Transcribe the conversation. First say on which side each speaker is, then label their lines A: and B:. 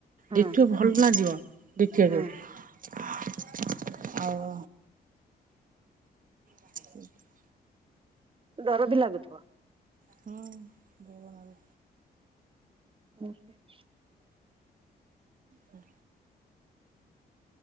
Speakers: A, on the right; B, on the right.
A: ହଁ
B: ଦେଖିବ ଭଲ ଲାଗିବ ଦେଖିବାକୁ।
A: ହଁ
B: ଆଉ <inaudible>
A: ଡର ବି ଲାଗୁଥିବ।
B: ହୁଁ ଭୟ ନାଗୁ
A: <unintelligible>
B: ହୁଁ।